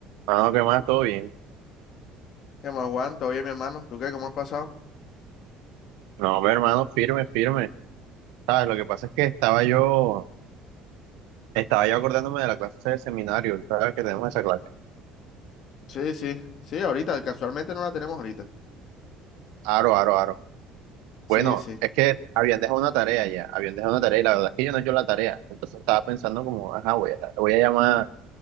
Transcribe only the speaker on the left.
¿Qué más, Juan? ¿Todo bien, mi hermano? ¿Tú qué? ¿Cómo has pasado?
Sí, sí, sí, ahorita, casualmente no la tenemos ahorita.
Sí,
sí,